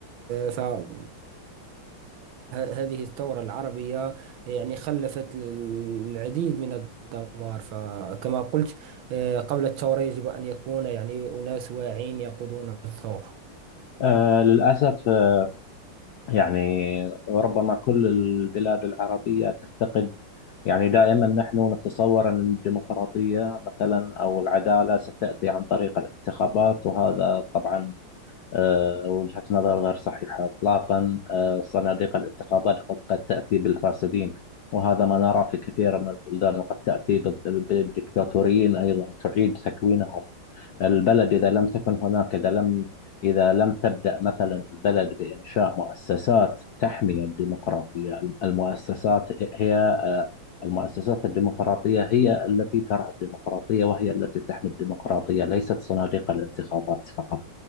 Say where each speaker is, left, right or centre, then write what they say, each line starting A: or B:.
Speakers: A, on the right; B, on the left.
A: فهذا هذه الثورة العربية يعني خلفت العديد من الدمار فكما قلت آه، قبل الثورة يجب أن يكون يعني أناس واعين يقودون الثورة
B: آه، للأسف آه، يعني ربما كل البلاد العربية تفتقد يعني دائما نحن نتصور أن الديمقراطية مثلا أو العدالة ستأتي عن طريق الانتخابات وهذا طبعا آه، وجهة نظر غير صحيحة إطلاقا آه، صناديق الانتقادات قد قد تأتي بالفاسدين وهذا ما نرى في كثير من البلدان وقد تأتي بال- بالدكتاتوريين أيضا تعيد تكوينهم البلد إذا لم تكن هناك إذا لم إذا لم تبدأ مثلا البلد بإنشاء مؤسسات تحمي الديمقراطية المؤسسات هي آه، المؤسسات الديمقراطية هي التي ترعى الديمقراطية وهي التي تحمي الديمقراطية ليست صناديق الانتخابات فقط